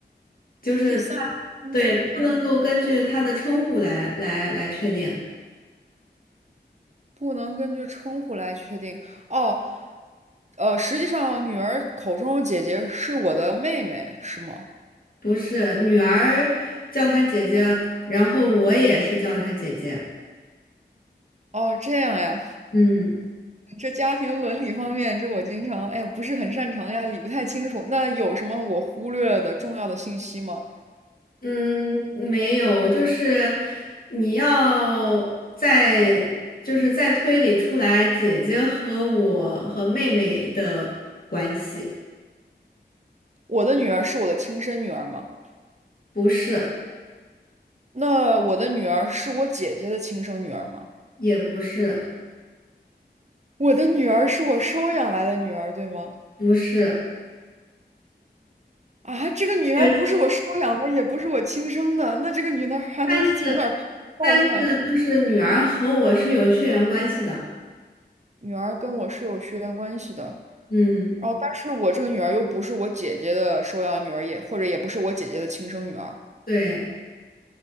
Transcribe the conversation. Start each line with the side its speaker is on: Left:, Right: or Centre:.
Left: 就是他，
Right: 这三个关系有点
Left: 对，不能够根据他的称呼来来来确定，
Right: 不能根据称呼来确定。哦，呃，实际上女儿口中的姐姐是我的妹妹，是吗？
Left: 不是，女儿叫她姐姐，然后我也是叫她姐姐。
Right: 哦，这样呀。
Left: 嗯，
Right: 这家庭伦理方面，这我经常哎不是很擅长呀，理不太清楚。那有什么我忽略了的重要的信息吗？
Left: 嗯，没有，就是你要再，就是在推理出来姐姐和我和妹妹的关系，
Right: 我的女儿是我的亲生女儿吗？
Left: 不是，
Right: 那我的女儿是我姐姐的亲生女儿吗？
Left: 也不是，
Right: 我的女儿是我收养来的女儿，对吗？
Left: 不是，
Right: 啊，这个女儿不是我收养的，
Left: 对，
Right: 也不是我亲生的，那这个女儿还能是从哪儿冒出来的？
Left: 但是但是就是女儿和我是有血缘关系的，
Right: 女儿跟我是有血缘关系的，
Left: 嗯
Right: 然后但是我这个女儿又不是我姐姐的收养女儿，也或者也不是我姐姐的亲生女儿，
Left: 对，